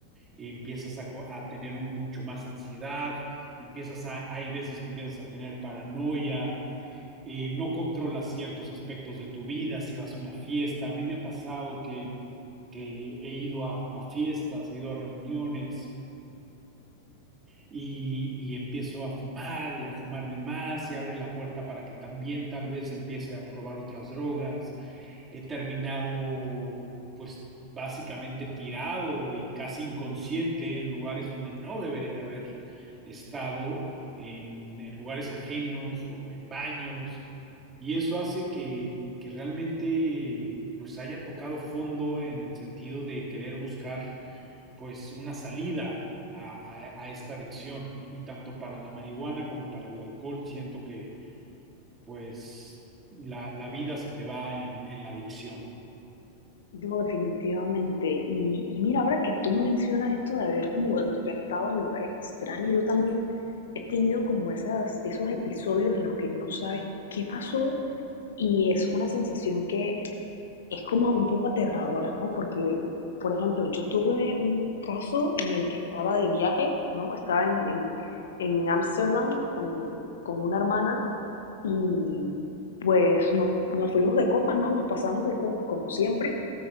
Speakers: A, on the right; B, on the left.
A: Empiezas a, co- a tener un- mucho más ansiedad, empiezas a, hay veces que empiezas a tener paranoia, eh, no controlas ciertos aspectos de tu vida, si vas a una fiesta. A mí me ha pasado que, que he ido a, a, fiestas, he ido a reuniones y, y, empiezo a fumar y a fumar de más y abre la puerta para que también tal vez empiece a probar otras drogas he terminado pues básicamente tirado y casi inconsciente en lugares donde no debería de haber estado, en, en lugares ajenos o en baños, y eso hace que, que realmente pues haya tocado fondo en el sentido de querer buscar pues una salida a, a- a esta adicción, y tanto para la marihuana como para el alcohol siento que pues la, la vida se te va en en la adicción.
B: No, definitivamente. Y, y mira, ahora que tú mencionas esto de haber como despertado en lugares extraños, yo también he tenido como esas, esos episodios en los que no sabes qué pasó y es una sensación que es como un poco aterradora, ¿no? Porque, por ejemplo, yo tuve un caso en el que estaba de viaje, ¿no? Estaba en, en, en Ámsterdam con, con una hermana y pues nos, nos fuimos de copas, ¿no? Nos pasamos de copas como siempre